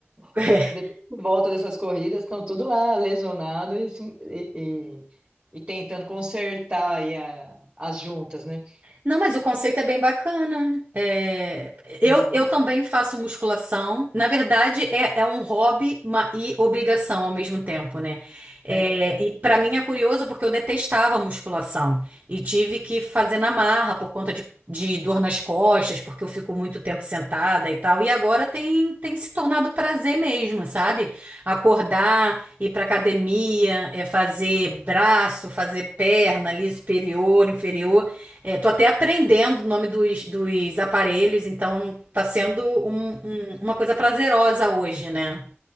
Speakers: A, on the right; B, on the right.
A: <laughs>
B: <laughs> Depois que volta dessas corridas, estão tudo lá lesionado e, assim, e, e- e tentando consertar aí a- as juntas, né?
A: Não, mas o conceito é bem bacana. É, eu,
B: Aham.
A: eu também faço musculação. Na verdade, é, é um hobby uma- e obrigação ao mesmo tempo, né? É,
B: É, é.
A: e para mim é curioso porque eu detestava musculação e tive que fazer na marra por conta de, de dor nas costas, porque eu fico muito tempo sentada e tal. E agora tem, tem se tornado prazer mesmo, sabe? Acordar, ir para academia, é, fazer braço, fazer perna ali superior, inferior. É, tô até aprendendo o nome dos, dos aparelhos, então tá sendo um- um- uma coisa prazerosa hoje, né?